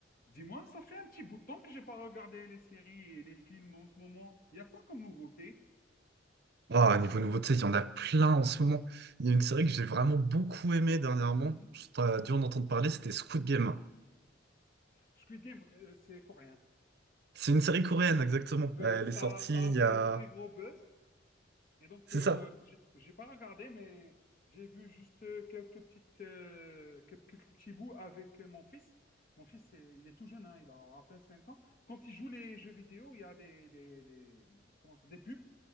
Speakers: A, on the left (about 50°); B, on the right (about 60°).
A: Dis-moi, ça fait un petit bout de temps que j'ai pas regardé les séries et les films en ce moment. Il y a quoi comme nouveauté?
B: Ah, niveau nouveauté, il y en a plein en ce moment. Il y a une série que j'ai vraiment beaucoup aimée dernièrement.
A: Mhm.
B: Tu as dû en entendre parler, c'était Squid Game.
A: Squid Game, euh, c'est coréen.
B: C'est une série coréenne, exactement.
A: Oui,
B: Elle
A: ça,
B: est sortie
A: ça
B: il
A: a
B: y
A: fait
B: a...
A: un très gros buzz. Et donc,
B: C'est
A: euh,
B: ça.
A: j'ai j'ai pas regardé, mais j'ai vu juste euh, quelques petites, euh, quelques, quelques petits bouts avec euh, mon fils. Mon fils, c'est- il est tout jeune, hein, il a à peine 5 ans. Quand il joue les jeux vidéo, il y a des, des, des- comment ça, des pubs.